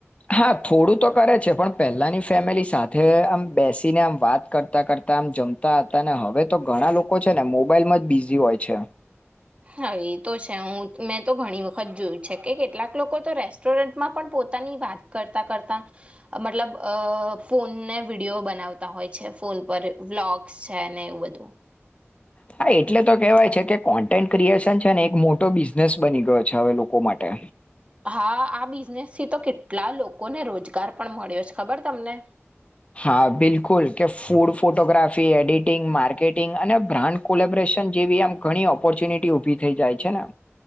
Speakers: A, on the left (about 25°); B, on the right (about 25°).
A: હા થોડું તો કરે છે, પણ પહેલાની ફેમિલી સાથે આમ બેસીને આમ વાત કરતા કરતા આમ જમતા હતા ને. હવે તો ઘણા લોકો છે ને મોબાઈલમાં જ બિઝી હોય છે.
B: હા, એ તો છે. હું મેં તો ઘણી વખત જોયું છે કે કેટલાક લોકો તો રેસ્ટોરન્ટમાં પણ પોતાની વાત કરતા કરતા, મતલબ અ ફોનને વિડીયો બનાવતા હોય છે, ફોન પર વ્લોગ્સ છે એવું બધું.
A: હા, એટલે તો કેહેવાય છે કે કોન્ટેન્ટ ક્રિએશન છે ને એક મોટો બિઝનેસ બની ગયો છે. હવે, લોકો માટે.
B: હા, આ બિઝનેસથી તો કેટલા લોકોને રોજગાર પણ મળ્યો છે, ખબર તમને?
A: હા, બિલકુલ. કે ફૂડ ફોટોગ્રાફી, એડિટિંગ, માર્કેટિંગ અને બ્રાન્ડ કોલેબરેશન જેવી આમ ઘણી ઓપોર્ચ્યુનિટી ઉભી થઈ જાય છે ને.